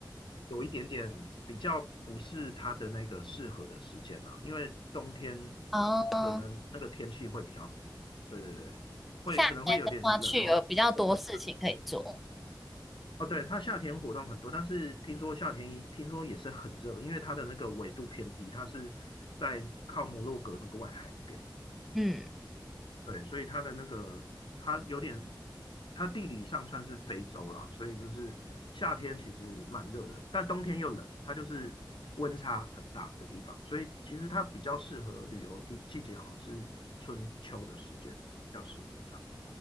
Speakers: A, on the left; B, in the centre.
A: 有一点点比较不是它的那个适合的时间啦、因为冬天可能那个天气会比较，
B: 哦，
A: 对对对，会可能会有点冷，
B: 夏天的话去有比较多事情可以做。
A: 然后风很哦，对，它夏天活动很多，但是听说夏天听说也是很热，因为它的那个纬度偏低，它是在靠摩洛哥那个外海那边，
B: 嗯，
A: 对，所以它的那个它有点，它地理上算是非洲啦，所以就是夏天其实蛮热的，但冬天又冷，它就是温差很大的地方，所以其实它比较适合旅游的季节，好像是春秋的时间比较适合这样，